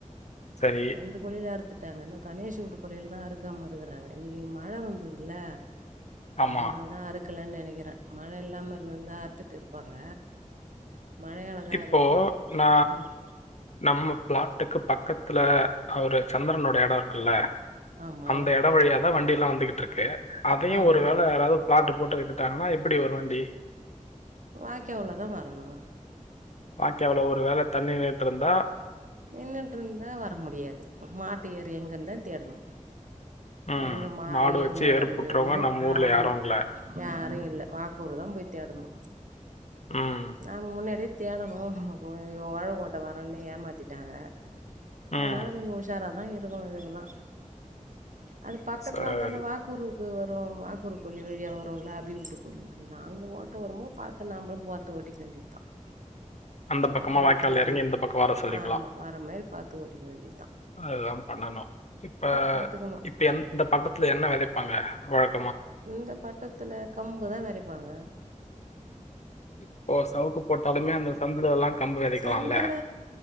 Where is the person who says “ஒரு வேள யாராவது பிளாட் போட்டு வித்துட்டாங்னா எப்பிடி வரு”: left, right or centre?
Left